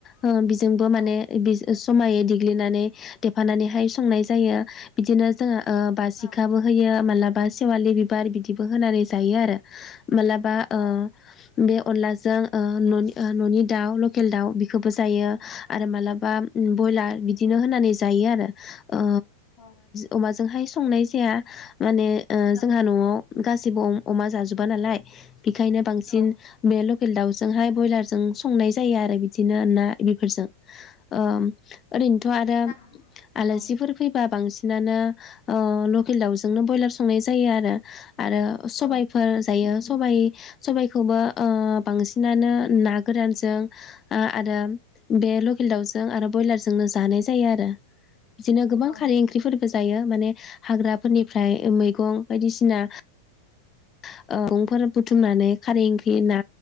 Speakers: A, on the left; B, on the left.
A: ओ बिजोंबो माने
B: औ
A: बि जमायै देग्लिनानै देफानानैहाय संनाय जायो बिदिनो जोंहा ओ बासिखाबो
B: औ
A: होयो माब्लाबा सेवालि बिबार बिदिबो होनानै जायो आरो। मालाबा
B: औ
A: ओ बे अनलाजों ओ न ओ न'नि दाउ लकेल दाउ बेखौबो जायो
B: औ
A: आरो मालाबा ब्रयलार बिदिनो होनानै जायो आरो। ओ
B: औ
A: अमाजोंहाय संनाय जाया माने ओ ज
B: औ
A: जोंहा न'आव गासिबो अ अमा जाजोबा नालाय बेखायनो बांसिन
B: औ
A: बे लकेल दाउजोंहाय ब्रयलारजों संनाय जायो आरो बिदिनो ना बेफोरजों। ओम ओरैनोथ' आरो
B: नोंथां
A: आलासिफोर
B: औ
A: फै बा बांसिनानो अ लकेल दावजों बयलार सं जायो आरो आरो सबायफोर
B: औ
A: जायो सबाय सबायखौबो ओ बांसिनानो ना गोरानजों आरो बे लकेल दाउजों आरो ब्रयलारजोंनो जानाय जायो आरो। बिदिनो गोबां
B: औ
A: खारै ओंख्रिफोरबो जायो माने हाग्राफोरनिफ्राय मैगं बायदिसिना। <unintelligible> बुथुमनानै खारै ओंख्रि ना